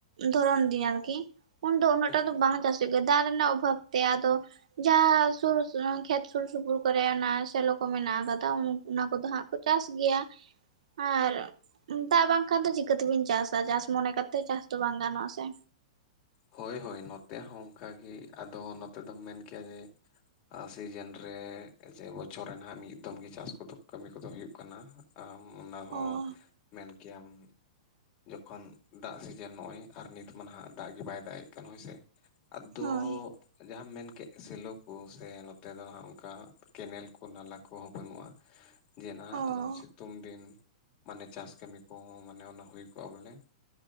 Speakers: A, on the right; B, on the left.
A: ᱫᱷᱚᱨᱚᱱ ᱫᱤᱱ ᱟᱨᱠᱤ, ᱩᱱᱫᱚ ᱩᱱᱟᱹᱜ
B: ᱦᱩᱸ
A: ᱴᱟ
B: ᱦᱩᱸ
A: ᱫᱚ ᱵᱟᱝ ᱪᱟᱥᱚᱜ ᱜᱮᱭᱟ ᱫᱟᱜ ᱨᱮᱱᱟᱜ ᱚᱵᱷᱟᱵ ᱛᱮ ᱟᱫᱚ ᱡᱟᱦᱟ ᱥᱩᱨ ᱠᱷᱮᱛ ᱥᱩᱨ ᱥᱩᱯᱩᱨ ᱠᱚᱨᱮ ᱚᱱᱟ ᱥᱮᱞᱚ ᱠᱚ ᱢᱮᱱᱟᱜ ᱠᱟᱫᱟ ᱚᱱᱟ ᱠᱚᱫᱚ ᱦᱟᱸᱜ ᱠᱚ ᱪᱟᱥ ᱜᱮᱭᱟ ᱟᱨ ᱫᱟᱜ ᱵᱟᱝ ᱠᱷᱟᱱ ᱫᱚ ᱪᱤᱠᱟᱹᱛᱮᱵᱤᱱ ᱪᱟᱥᱟ ᱪᱟᱥ ᱢᱚᱱᱮ ᱠᱟᱛᱮ ᱪᱟᱥ ᱫᱚ ᱵᱟᱝ ᱜᱟᱱᱚᱜᱼᱟ ᱥᱮ᱾
B: ᱦᱳᱭ ᱦᱳᱭ ᱱᱚᱛᱮ ᱦᱚᱸ ᱚᱱᱠᱟ ᱜᱤ ᱟᱫᱚ ᱱᱚᱛᱮ ᱫᱚᱢ ᱢᱮᱱ ᱠᱤᱭᱟ ᱡᱮ ᱟᱨ ᱥᱤᱡᱮᱱ ᱨᱮ ᱥᱮ ᱵᱚᱪᱷᱚᱨ ᱨᱮᱱᱟᱜᱷ ᱢᱤᱫ ᱫᱚᱢ ᱜᱤ ᱪᱟᱥ ᱠᱚᱫᱚ ᱠᱟᱹᱢᱤ ᱠᱚᱫᱚ ᱦᱩᱭᱩᱜ ᱠᱟᱱᱟ᱾ ᱟᱢ ᱚᱱᱟ
A: ᱚ
B: ᱦᱚᱸ ᱢᱮᱱ ᱜᱮᱭᱟᱢ ᱡᱚᱠᱷᱚᱱ ᱫᱟᱜ ᱥᱤᱡᱮᱱ ᱱᱚᱜᱚᱭ ᱟᱨ ᱱᱤᱛ ᱢᱟ ᱱᱟᱦᱟᱜ ᱫᱟᱜ ᱵᱟᱭ ᱫᱟᱜ ᱮᱜ ᱠᱟᱱ ᱦᱳᱭᱥᱮ ᱟᱫᱚᱻ
A: ᱦᱳᱭ
B: ᱡᱟᱸᱦᱟᱢ ᱢᱮᱱᱠᱮᱫ ᱥᱮᱞᱚ ᱠᱚ ᱥᱮ ᱱᱚᱛᱮ ᱫᱚ ᱦᱟᱜ ᱚᱱᱠᱟ ᱠᱮᱱᱮᱞ ᱠᱚ ᱱᱟᱞᱟ ᱠᱚᱸᱦᱚ ᱵᱟᱹᱱᱩᱜᱼᱟ᱾ <unintelligible> ᱡᱮ ᱱᱟᱦᱟᱜ
A: ᱚ
B: ᱚᱱᱟ ᱥᱤᱛᱩᱝ ᱫᱤᱱ, ᱢᱟᱱᱮ ᱪᱟᱥ ᱠᱟᱹᱢᱤ ᱠᱚᱦᱚᱸ ᱢᱟᱱᱮ ᱚᱱᱟ ᱦᱩᱭ ᱠᱚᱜᱼᱟ ᱵᱚᱞᱮ᱾